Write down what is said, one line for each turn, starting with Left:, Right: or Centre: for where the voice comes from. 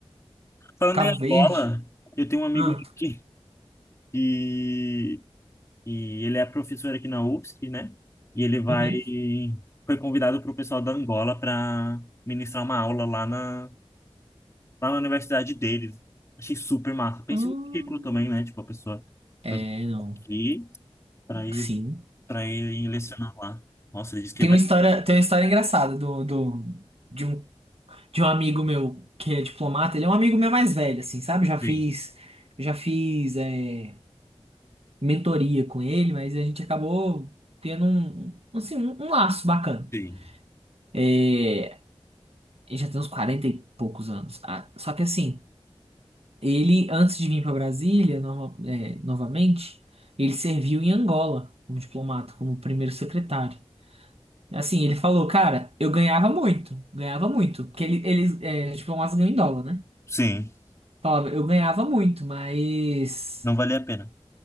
Left: Falando
Right: Cabo
Left: em Angola,
Right: Verde.
Left: eu tenho um amigo
Right: Ah,
Left: meu que, que, e ele é professor aqui na UFSC, né? E ele vai
Right: uhum.
Left: foi convidado para o pessoal da Angola para ministrar uma aula lá na, lá na universidade deles. Achei super massa. Pense
Right: Hum,
Left: no currículo também, né? Tipo, a pessoa
Right: é,
Left: foi
Right: não.
Left: aqui para ir
Right: Sim.
Left: para ir lecionar lá. Nossa, ele disse que
Right: Tem
Left: vai.
Right: uma história, tem uma história engraçada do, do, de um, de um amigo meu que é diplomata. Ele é um amigo meu mais velho, assim, sabe? Já fiz,
Left: Sim,
Right: já fiz é, mentoria com ele, mas a gente acabou tendo um, assim, um, um laço bacana.
Left: sim.
Right: É, ele já tem uns 40 e poucos anos. Ah, só que assim, ele, antes de vir para Brasília, no- é, novamente, ele serviu em Angola como diplomata, como primeiro secretário. Assim, ele falou, cara, eu ganhava muito, ganhava muito. Porque ele, eles, é, tipo, é umas ganham em dólar, né?
Left: Sim,
Right: Falava, eu ganhava muito, mas
Left: não valia a pena.